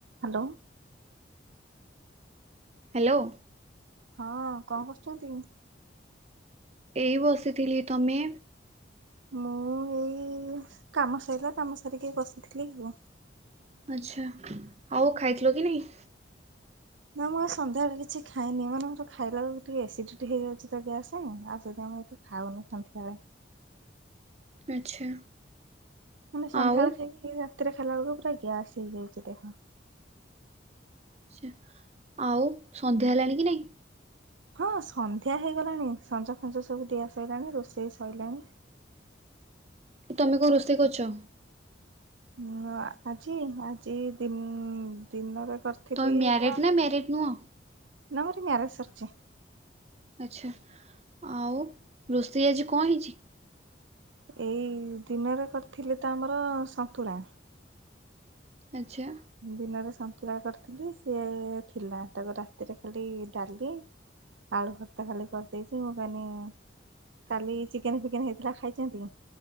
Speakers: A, on the right (about 80°); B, on the right (about 35°).
A: Hello.
B: Hello.
A: ହଁ କଣ କରୁଛନ୍ତି?
B: ଏଇ ବସିଥିଲି ତମେ।
A: ମୁଁ ଏଇ କାମ ସାଇଲା କାମ ସାରିକି ବସିଥିଲି ଆଉ।
B: ଆଛା ଆଉ ଖାଇଥିଲ କି ନାଇଁ?
A: ନା ମୁଁ ସନ୍ଧ୍ୟାବେଳେ କିଛି ଖାଇନି ମାନେ ମୋର ଖାଇଲା ବଳକୁ ଟିକେ ଆସିଡିଟି ହେଇଯାଉଛି ତ ଗ୍ୟାସ ଆ ସେଥି ପାଇଁ ମୁଁ ଏତେ ଖାଉନୁ ସନ୍ଧ୍ୟା ବେଳେ।
B: ଆଚ୍ଛା।
A: ମାନେ ସନ୍ଧ୍ୟାବେଳେ
B: ଆଉ
A: ଖାଇକି ରାତିରେ ଖାଇଲା ବେଳକୁ ପୁରା ଗ୍ୟାସ୍ ହେଇଯାଇଛି ଦେଖ।
B: ଆଛା ଆଉ ସନ୍ଧ୍ୟା ହେଲାଣି କି ନାଇଁ?
A: ହଁ ସନ୍ଧ୍ୟା ହେଇଗଲାଣି ସଞ୍ଜ ଫଞ୍ଜ ସବୁ ଦିଆ ସଇଲାଣି ରୋଷେଇ ସରଲାଣି।
B: ତମେ କୋଉ ରୋଷେଇ କରୁଛ?
A: ହଁ ଆଜି ଆଜି ଦି ଦିନରେ କ ଥିଲି
B: ତମେ ମ୍ୟାରେଡ
A: ପା ନା
B: ନା ମ୍ୟାରେଡ ନୁହଁ
A: ମୋରି ମ୍ୟାରେଜ ସରିଛି।
B: ଆଚ୍ଛା ଆଉ ରୋଷେଇ ଆଜି କଣ ହେଇଛି?
A: ଏଇ ଦିନରେ କରିଥିଲି ତ ଆମର ସନ୍ତୁଳା।
B: ଆଚ୍ଛା।
A: ଦିନରେ ସନ୍ତୁଳା କରିଥିଲି ସିଏ ଥିଲା ତାକୁ ରାତିରେ ଖାଲି ଡାଲି। ଆଳୁ ଖର୍ତା ଖାଲି କରିଦେଇଛି ମୁଁ କନି କାଲି ଚିକେନ ଫିକେନ ହେଇଥିଲା ଖାଇଛନ୍ତି?